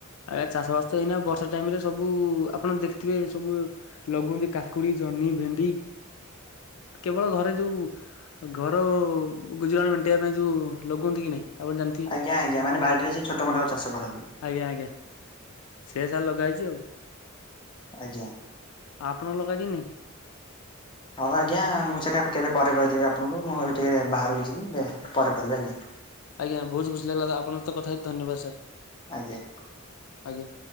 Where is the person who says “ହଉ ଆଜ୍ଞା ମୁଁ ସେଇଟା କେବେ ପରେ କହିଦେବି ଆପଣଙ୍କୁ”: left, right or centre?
Left